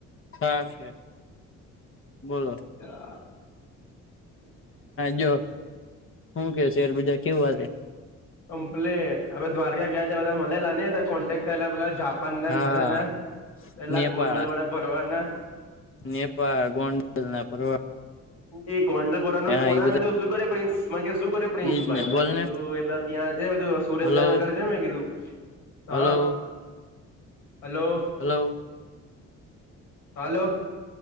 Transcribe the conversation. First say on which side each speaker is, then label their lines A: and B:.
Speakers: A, on the left; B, on the left.
A: થા છે બોલો
B: હ
A: જો શું કે શેર બજાર કેવું હાલે?
B: કમ્પલેન હવે દ્વારકા ગયા તધા મનેલા કોન્ટેક્ટ થયેલા પેલાપ પ ના
A: હા
B: ને બધા ના પેલા
A: નેપાળ
B: ગોંડલ વાડા ભરવાડના-
A: નેપાળ ગોંડલ ના પરવા-
B: એ ગોંડલપોરાનો
A: હા
B: ફોના
A: એ બધા
B: શું કરે પ્રિન્સ શું કરે પ્રિન્સ
A: એજ
B: ભાઈ
A: ને
B: મે
A: બોલ
B: કે
A: ને
B: તું એ પલા બધું સુરેન્દ્રનગર
A: હલો
B: છે મેને કીધું હા.
A: હલો
B: હલો
A: હલો
B: હાલો